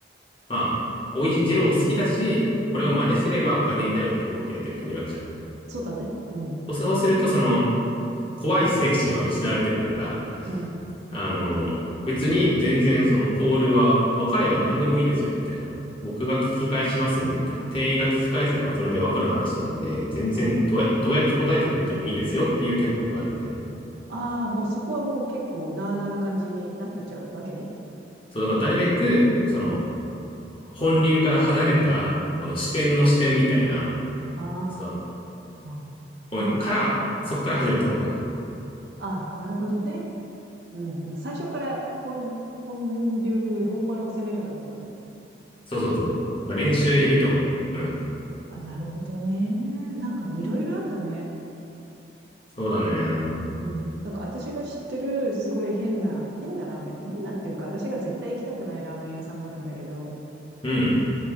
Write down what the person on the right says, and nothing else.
うん。そうだね。うん。
うん。
うん。
ああ、もうそこはもう結構なあなあな感じになってっちゃうわけね。
うん。
あ
あ。
もう、
ああ、なるほどね。うんうん。最初から本、本流、本丸を攻めるなんてことね。
うんうんうん。
あ、なるほどね。なんかいろいろあんだね。
うん。なんか私が知ってるすごい変な、変なラーメン、変なっていうか私が絶対行きたくないラーメン屋さんがあるんだけど、